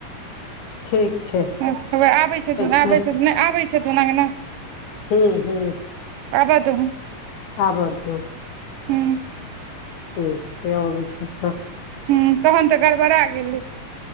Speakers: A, on the left; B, on the right.
A: ह <inaudible> ठीक छै
B: हैये आबै छथिन आबै
A: छै
B: छथिन नै आबै छथिन अंगना
A: हूँ हूँ
B: आबऽ दहुन
A: आबऽ दियौ
B: हूँ
A: ठीक छै अबैत छैथ तऽ
B: हूँ तहन तऽ गड़बड़ा गेलै